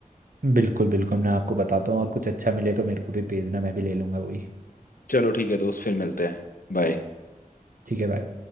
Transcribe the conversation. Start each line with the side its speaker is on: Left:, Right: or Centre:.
Right: बिल्कुल बिल्कुल मैं आपको बताता हूँ और कुछ अच्छा मिले तो मेरे को भी भेजना मैं भी ले लूंगा वही
Left: चलो ठीक है दोस्त फिर मिलते हैं बाय
Right: ठीक है भाई